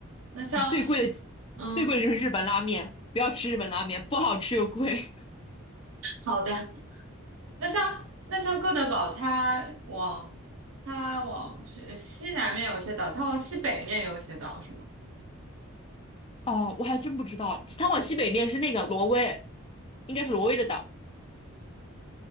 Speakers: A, on the right; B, on the left.
A: 那像
B: 哦。最贵的
A: 嗯
B: 最贵的就是日本拉面，不要吃日本拉面，不好吃又贵。
A: 好的，那像那像哥德堡，它往它往是西南面有一些岛，它往西北面有一些岛，是吗？
B: <laughs> 哦，我还真不知道，它往西北面是那个挪威，应该是挪威的岛，